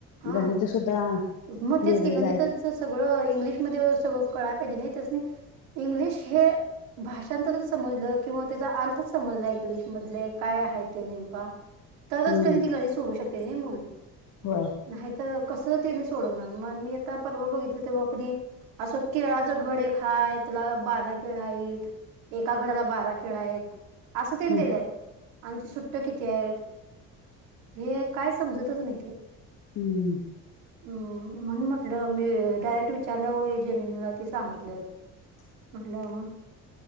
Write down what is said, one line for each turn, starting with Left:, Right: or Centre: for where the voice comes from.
Right: हा
Left: गणित सुद्धा
Right: मग तेच
Left: वेगळेच
Right: की गणिताचं
Left: आहेत.
Right: सगळं इंग्लिशमध्ये सगळं कळायला पाहिजे नाही त्यासनी इंग्लिश हे भाषांतरच समजलं किंवा त्याचा अर्थच समजला इंग्लिश मधले काय आहे त नेमका. तरच
Left: हम्म
Right: कधी ती कशी सोडू शकते नाही मुल.
Left: होय.
Right: नाही तर कसं त्यांनी सोडवणार मग मी आता परवा बघितलं तेव्हा कनी असं केळाच घड एक हाय तला बादा केळ आहेत. एका घड्याला बारा केळ आहेत, असं त्यांनी
Left: हम्म
Right: दिलंय आणि ती सुट्ट किती आहेत? हे काय समजतच नाही ते.
Left: हम्म.
Right: हम म्हणून म्हंटलं मी डायरेक्ट विचारलं हो जेमिनीला ते सांगितलं.
Left: <inaudible>
Right: म्हटलं